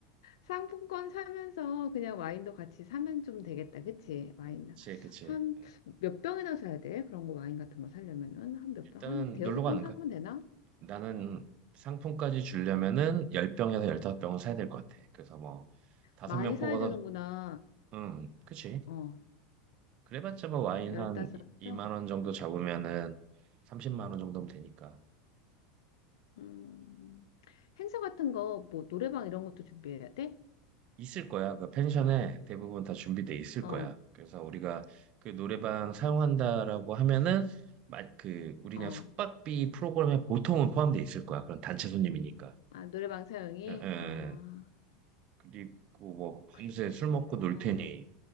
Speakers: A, on the left; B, on the right.
A: 상품권 사면서 그냥 와인도 같이 사면 좀 되겠다. 그치? 와인.
B: 그치 그치
A: 한
B: 네.
A: 몇 병이나 사야 돼? 그런 거 와인 같은 거 사려면은 한 몇
B: 일단은
A: 병? 한 대여섯
B: 놀러 가는
A: 병 사면
B: 거
A: 되나?
B: 나는 상품까지 주려면은 10병에서 15병은 사야 될 것 같아 그래서 뭐 다섯
A: 많이
B: 명
A: 사야
B: 뽑아서
A: 되는구나.
B: 음 그치
A: 어,
B: 그래봤자 뭐 와인
A: 열다섯
B: 한 2만
A: 병.
B: 원 정도 잡으면은 30만 원 정도면 되니까
A: 음, 행사 같은 거, 뭐 노래방 이런 것도 준비해야 돼?
B: 있을 거야. 그 펜션에 대부분 다 준비돼 있을
A: 어,
B: 거야. 그래서 우리가 그 노래방 사용한다라고 하면은 마- 그 우리냐
A: 어.
B: 숙박비 프로그램에 보통은 포함돼 있을 거야. 그런 단체 손님이니까.
A: 아, 노래방 사용이?
B: 에, 에,
A: 아,
B: 에. 그리고 뭐 밤새
A: 그렇지.
B: 술 먹고 놀
A: 어,
B: 테니